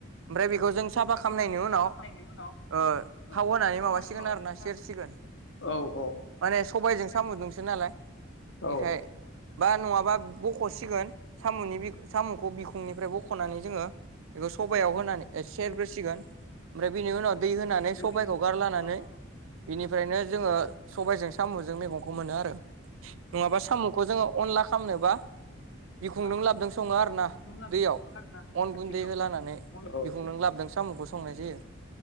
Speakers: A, on the right; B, on the left.
A: ओमफ्राय- जों साफा खालामनायनि
B: बेखौ जों
A: उनाव
B: साफा खालामनायनि उनाव
A: ओह
B: ओ
A: थाव होनानै माबासिगोन
B: माबासिगोन
A: आरो ना सेरसिगोन
B: आरोना
A: माने सबायाइजों
B: गोदौगोन
A: सामुजोंसो
B: औ
A: नालाय बेखाय
B: औ
A: बा नङाबा बख'सिगोन सामुनि सामुखौ बिखुंनिफ्राय बख'नानै जोङो बेखौ सबायाव होनानै सेरग्रोसिगोन ओमफ्राय बिनि उनाव दै होनानै सबायखौ
B: बेनि
A: गारलानानै
B: सबाइ बिबार लानानै
A: बेनिफ्रायनो जोङो सबायजों सामुजों मैगंखौ मोनो आरो नङाबा सामुखौ जोङो अनला- - खालामनोबा बिखुंजों
B: औ
A: लाबदों सङो आरो ना
B: खुन्दुं लाबोजोबो
A: दैयाव
B: आरोना
A: अन गुन्दै
B: दैयाव
A: होलानानै
B: औ औ
A: बिखुंजों लाबदों सामु संनाय जायो।